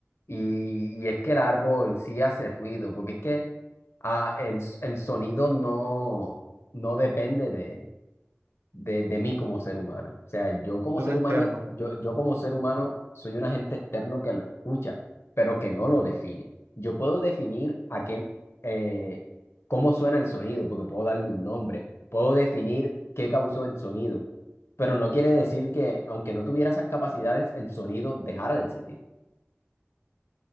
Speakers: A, on the left; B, on the right.
A: Y, y es que el árbol sí hace ruido, porque es que ah, el, s- el sonido no, no depende de, de, de mí como ser humano. O sea, yo como
B: de
A: ser
B: un externo.
A: humano, yo, yo como ser humano soy un agente externo que lo escucha, pero que no lo define. Yo puedo definir a qué, eh, cómo suena el sonido, porque puedo darle un nombre, puedo definir qué causó el sonido, pero no quiere decir que, aunque no tuviera esas capacidades, el sonido dejara de existir.